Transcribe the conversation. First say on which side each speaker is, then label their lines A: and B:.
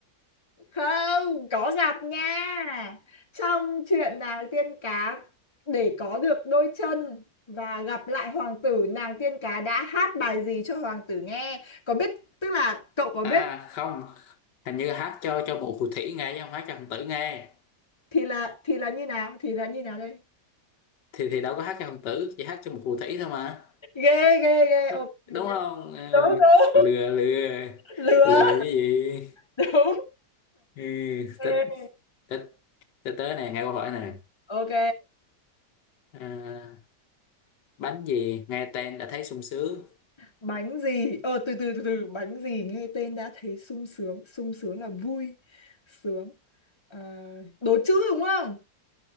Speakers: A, on the left; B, on the left.
A: không có giặt nha. Trong chuyện nàng tiên cá để có được đôi chân và gặp lại hoàng tử, nàng tiên cá đã hát bài gì cho hoàng tử nghe? Có biết tức là cậu có
B: à
A: biết
B: không hình như hát cho cho một phù thủy nghe chứ không hát cho hoàng tử nghe
A: thì là thì là như nào? Thì là như nào đây?
B: thì thì đâu có hát cho hoàng tử chỉ hát cho một phù thủy thôi mà
A: Ghê ghê ghê.
B: đúng,
A: Ok
B: đúng
A: ok.
B: không ừ,
A: Đúng đúng.
B: lừa lừa
A: <laughs> Lừa.
B: lừa chứ gì
A: Đúng.
B: ừ,
A: Ok.
B: tích tích tới tới này nghe câu hỏi này
A: Ok.
B: à, bánh gì nghe tên đã thấy sung sướng
A: bánh gì ờ từ từ từ từ bánh gì nghe tên đã thấy sung sướng sung sướng là vui sướng à, đố chữ đúng không